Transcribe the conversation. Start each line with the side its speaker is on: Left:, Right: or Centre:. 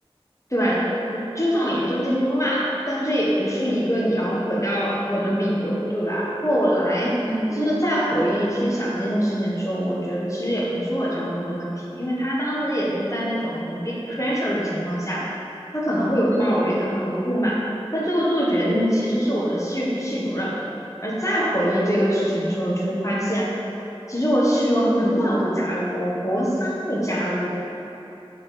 Left: 对吧？嗯，就算我研究进度慢，但这也不是一个你要毁掉我的理由，对吧？后来其实再回忆去想这件事情的时候，
Right: 嗯嗯
Left: 我觉得其实也不是我教授的问题，因为他当时也是在那种很 big pressure 的情况下，他可能会有抱怨，
Right: 嗯
Left: 然后有不满，他最后做决定的其实是我的系系主任。而再回忆这个事情之后，却发现其实我系主任很早就加入，我博三就加入，